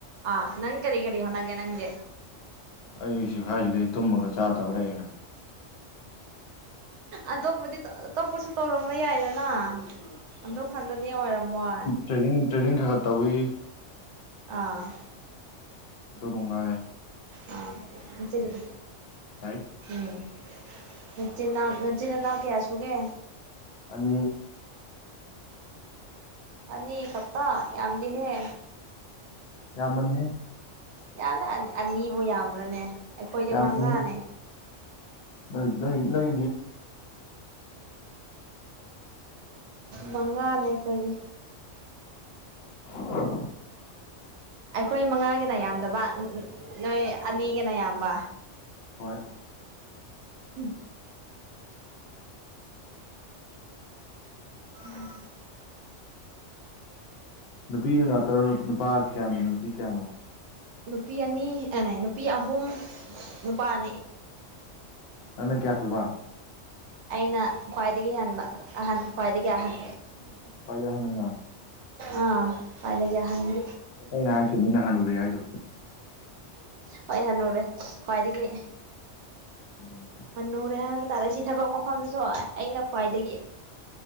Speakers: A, on the right (about 70°); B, on the left (about 60°).
A: ꯑ ꯅꯪ ꯀꯔꯤ ꯀꯔꯤꯣ ꯅꯒꯦ ꯅꯪꯗꯦ
B: ꯑꯩ ꯍꯧꯁꯤꯛꯈꯥꯏꯁꯤꯗꯩ ꯇꯨꯝꯃꯒ ꯆꯥꯗꯕ ꯂꯩꯌꯦꯦꯅ
A: ꯑꯇꯣꯞꯄꯗꯤ ꯑꯇꯣꯞꯄꯁꯨ ꯇꯧꯔꯝꯕ ꯌꯥꯏꯗꯅ ꯑꯗꯨ ꯈꯥꯟꯛꯇꯅꯤ ꯑꯣꯏꯔꯝꯃꯣꯏ
B: ꯇ꯭ꯔꯦꯅꯤꯡ ꯇ꯭ꯔꯦꯅꯤꯡ ꯈꯔ ꯈꯔ ꯇꯧꯏꯤ
A: ꯑꯥ
B: ꯑꯗꯨꯕꯨꯉꯥꯏ
A: ꯑꯥ <unintelligible>
B: ꯂꯥꯏꯔꯤꯛ
A: ꯎꯝ ꯅꯆꯤꯟꯅꯥꯎ ꯅꯆꯤꯟꯅꯅꯥꯎ ꯀꯌꯥ ꯁꯨꯒꯦ
B: ꯑꯅꯤ
A: ꯑꯅꯤ ꯈꯛꯇ ꯌꯥꯝꯗꯦꯍꯦ
B: ꯌꯥꯝꯃꯅꯤꯍꯦ
A: ꯌꯥꯝꯅꯤ ꯑꯅꯤ ꯑꯅꯤꯕꯨ ꯌꯥꯝꯕ꯭ꯔꯅꯦ ꯑꯩꯈꯣꯏꯗꯤ
B: ꯌꯥꯝꯃꯤꯍꯦ
A: ꯃꯉꯥꯅꯦ
B: ꯅꯣꯏ ꯅꯣꯏ ꯅꯣꯏ
A: ꯃꯉꯥꯅꯦ ꯑꯩꯈꯣꯏꯗꯤ
B: <inaudible>
A: ꯑꯩꯈꯣꯏ ꯃꯉꯥꯒꯤꯅ ꯌꯥꯝꯗꯕ ꯅꯣꯏ ꯑꯅꯤꯒꯤꯅ ꯌꯥꯝꯕ
B: ꯍꯣꯏ
A: ꯍꯝ ꯎꯝ
B: ꯅꯨꯄꯤꯅ ꯅꯥꯛꯇ꯭ꯔꯣ ꯅꯨꯄꯥ ꯀꯌꯥꯅꯣ ꯅꯨꯄꯤ ꯀꯌꯥꯅꯣ
A: ꯅꯨꯄꯤ ꯑꯅꯤ ꯑꯦꯅꯩ ꯅꯨꯄꯤ ꯑꯍꯨꯝ ꯅꯨꯄꯥ ꯑꯅꯤ
B: ꯅꯪꯅ ꯀꯌꯥ ꯁꯨꯕ
A: ꯑꯩꯅ ꯈ꯭ꯋꯥꯏꯗꯒꯤ ꯍꯟꯕ ꯑꯍꯟ ꯈ꯭ꯋꯥꯏꯗꯒꯤ ꯑꯍꯟ
B: ꯑꯣ ꯈꯋꯥꯏꯗꯩ ꯑꯍꯟ ꯅꯪꯅ
A: ꯑꯥ ꯐꯥꯏꯗꯒꯤ ꯑꯍꯟꯅꯦ
B: ꯑꯩꯩꯅ ꯍꯥꯏ ꯆꯨꯝꯃꯤ ꯅꯪ ꯍꯟꯔꯨꯔꯦ ꯍꯥꯏꯗꯣ
A: ꯍꯣꯏ ꯍꯅꯨꯔꯦ ꯈ꯭ꯋꯥꯏꯗꯒꯤ
B: ꯑꯗꯨꯅꯦ
A: ꯍꯟꯅꯨꯔꯦ ꯍꯥꯏꯕ ꯇꯥꯔꯦ ꯁꯤ ꯊꯕꯛ ꯃꯐꯝꯗꯁꯨ ꯑꯩꯅ ꯈ꯭ꯋꯥꯏꯗꯒꯤ